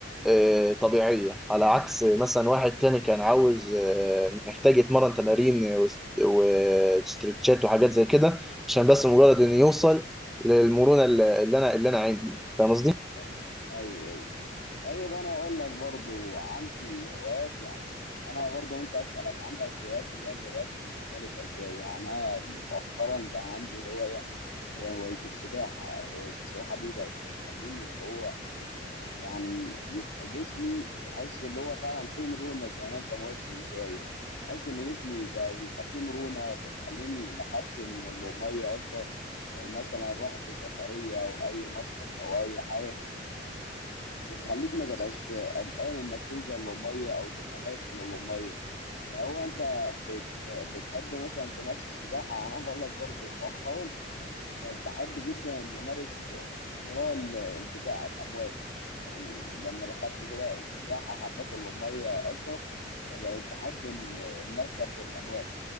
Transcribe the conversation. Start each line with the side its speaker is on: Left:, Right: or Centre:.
Centre: آه، طبيعيه على عكس مثلا واحد تاني كان عاوز آه، محتاج يتمرن تمارين وست- وستريتشات وحاجات زي كده عشان بس مجرد انه يوصل للمرونه اللي اللي انا اللي انا عندي فاهم قصدي؟
Left: ايوه ايوه ايوه طيب انا اقول لك برضو عندي هوايات يعني انا برضو ممكن اسالك عندك هوايات اللي هي الهوايات المختلفه شويه يعني انا مؤخرا بقى عندي هوايه زي هوايه السباحه هوايه السباحه دي بقت بتخليني اللي هو يعني يبقى جسمي تحس اللي هو فعلا فيه مرونه زي ما انت ما قلت من شويه تحس ان جسمي بقى بيبقى فيه مرونه بتخليني ما اخافش من الميه اكتر لو مثلا رحت سفريه او اي مصيف او اي حاجه بتخليك ما تبقاش قلقان انك تنزل للميه او تبقى خايف من الميه فهو انت بت بتحب مثلا تمارس السباحه يعني انا هقول لك برضو مؤخرا بقت بحب جدا ان امارس صراع ال- البتاع الامواج يعني لما دخلت كده السباحه حبيت الميه اكتر فبقيت بحب ان ان اركب الامواج